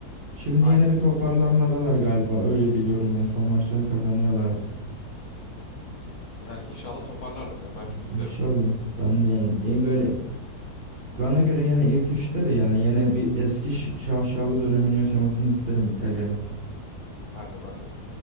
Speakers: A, on the right; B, on the left.
A: Şimdi
B: Aynen.
A: yine bir toparlanmadalar galiba. Öyle biliyorum yani son maçlarını kazanıyorlardı.
B: Yani inşallah toparlarlar ya ben çok isterim.
A: İnşallah. Ben de yani e, böyle bana göre yine ilk üçte de yani yine bir eski ş- şaşalı dönemini yaşamasını isterim İtalya'nın.
B: Ben de ben de.